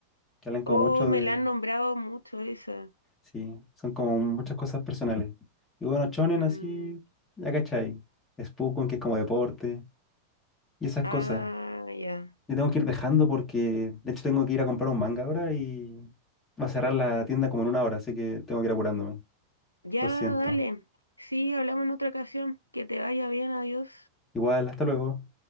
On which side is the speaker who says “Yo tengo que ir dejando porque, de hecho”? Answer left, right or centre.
Left